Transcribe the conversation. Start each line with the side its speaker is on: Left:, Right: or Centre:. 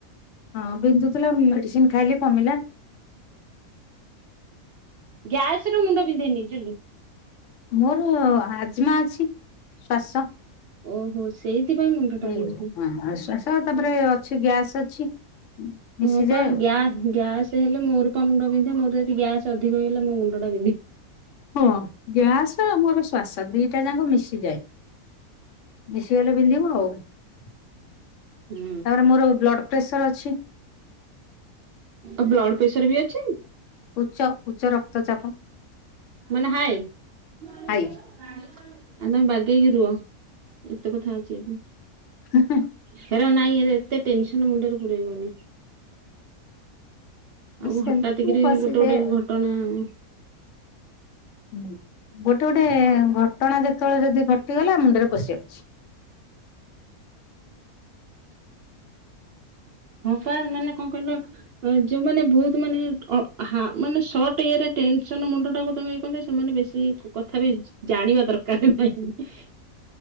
Left: ହଁ ବିନ୍ଧୁଥିଲା ମେଡ଼ିସିନ୍ ଖାଇଲି କମିଲା।
Right: ଗ୍ୟାସରୁ ମୁଣ୍ଡ ବିିନ୍ଧେନି ଚୁଲି
Left: ମୋର ଆଜମା ଅଛି ଶ୍ଵାସ।
Right: ଓହୋ ସେଇଥିପାଇଁ ମୁଣ୍ଡ ଟା
Left: ହୁଁ
Right: ବିନ୍ଧେ।
Left: ହୁଁ ଶ୍ବାସ ତାପରେ ଅଛି ଗ୍ୟାସ୍ ଅଛି। ମିଶିଯାଏ
Right: ମୁପା
Left: ଆଉ।
Right: ଗ୍ୟା ଗ୍ୟାସ୍ ହେଲେ ମୋରପା ମୁଣ୍ଡ ବିନ୍ଧେ ମୋର ଯଦି ଗ୍ୟାସ୍ ଅଧିକ ହେଇଗଲା ମୋ ମୁଣ୍ଡଟା ବିନ୍ଧେ।
Left: ହଁ ଗ୍ୟାସ ଆମୋର ଶ୍ବାସ ଦିଟା ଯାକ ମିଶିଯାଏ ମିଶିଗଲେ ପିନ୍ଧିବ ଆଉ ତାପରେ
Right: ହୁଁ
Left: ମୋର ବ୍ଲଡ଼ ପ୍ରେସର ଅଛି।
Right: ଆଉ ବ୍ଲଡ଼ ପ୍ରେସରବି ଅଛି?
Left: ଉଚ୍ଚ ଉଚ୍ଚ ରକ୍ତଚାପ
Right: ମାନେ ହାଇ? ଆଉ
Left: ହାଇ
Right: ତମେ ବାଗେଇକି ରୁହ ଏତେ କଥା ଅଛି ଯଦି।
Left: <unintelligible>
Right: ହେରା ନାଇଁ ଏ ଏତେ ଟେନସନ୍ ମୁଣ୍ଡରେ ପୁରଇବନି। ଆଉ
Left: ସେମିତି
Right: ହଠାତ୍ କରି
Left: ମୁଁ ପଶିଯାଏ
Right: ଗୋଟେ ଗୋଟେ
Left: ଆଉ।
Right: ଘଟଣା ଆଉ
Left: ହୁଁ ଗୋଟେ ଗୋଟେ ଘଟଣା ଯେତେବେଳେ ଯଦି ଘଟିଗଲା ମୁଣ୍ଡରେ ପଶି ଯାଉଚି।
Right: ହଁପା ମାନେ କଁ କିଇଲ ଯୋଉମାନେ ବହୁତ୍ ମାନେ ଅ ହା ମାନେ ସଟଇରେ ଟେନସନ୍ ମୁଣ୍ଡଟାକୁ ତମେ କୁଅନ୍ତି ସେମାନେ ବେଶୀ କଥାବି ଜାଣିବା ଦରକାର ନାହିଁ।